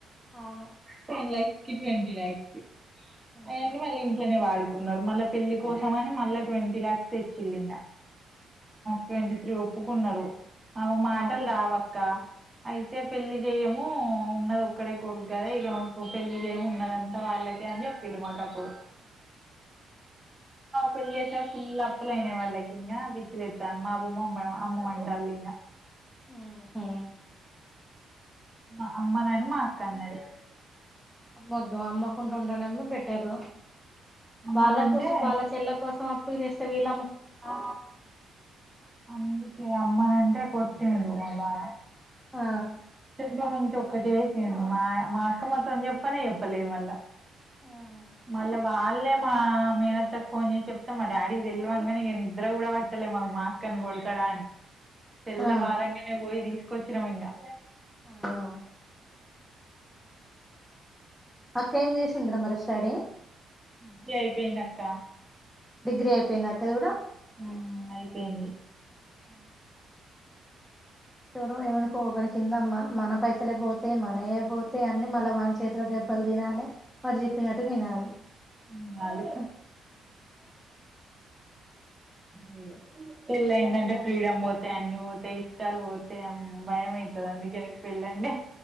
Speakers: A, in the centre; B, on the right.
A: అవును
B: టంలై కట్వడి లే అక్ అవన్నీ
A: అవును
B: మళ్ళీ ఇంట్లోనే వాడుకు కున్నారు మళ్ళా పెళ్ళలి కోసం అని మళ్ళా ట్వంటీ లాక్స్ తెచ్చిళ్ళం ట్వంట త్రీ ఒప్పుకున్నారు అ మా
A: వామ్మో
B: బట్టలు రావక్క అయితే పెళ్లి చెయ్యము ఉన్నది ఒక్కడే కొడుకు కదా ఇక పెళ్లి చేమి ఉన్నదంతా వాళ్ళకి అప్పలు మాటప్పుడు పెళ్ళసార్ ఫుల్ అప్పుల అయినా వాళ్ళకి ఇంగ బీచ్లు ఎతారు మా అ బూమ్మమ్ అమ్మ ఉంటారులి
A: ఆహా
B: మా అమ్మ నాని మా అక్క అన్నది
A: అమ్మొద్దు అమ్మకు కుు ఉండడమే బెటర్
B: అమ్మనంటే
A: వాళ్ళ కోసం వాళ్ళ చెల్ల కోసం చేస్త వీళ్ళ
B: ఆ అందుకే అమ్మనంటే కొట్ త మాబా
A: ఆ
B: చెంకా ము చ ఒ ఒకటిే మా మా అక్క మొత్తం చెప్పనే చెప్పలేదు మళ్ళా
A: ఆ
B: మళ్ళ వాళ్ళే మా మేనత్త కి ఫోన్ చేసి చెప్తాం మా డాడీ కి తెల్వంగానే ఇక నిద్ద్ర కూడా పట్టలే మాకు మా అక్క నీ కొడతడా అని తెల్ల
A: ఆ
B: ఆరంగనే పోయి తీసుకో వచ్చినా ఇంకా
A: ఆవు అక్క ఏమిద సుందరమరస్టాడే
B: డిగ్రీ అయిపోయిందక్క
A: డిగ్రీ అయిపోయిందా అక్క ది కూడా
B: ఆమ్ అయిపోయింది
A: ఆ ఎవరు ఏమనుకోని కింద మ మన పైసలే పోతే మన పోతే అని మళ్ళ వాన చేతిలో దెబ్ ప్పల్ దినాల మరి చెప్పినట్టు వినాలి
B: తినాలి అే పెళ్ళైందంటే ఫ్రీడమ్ పోతేా అన్ని పోతాయి ఇష్టాలు పోతేామ్ భయం అవుతుంది అందుకే పెళ్ళండి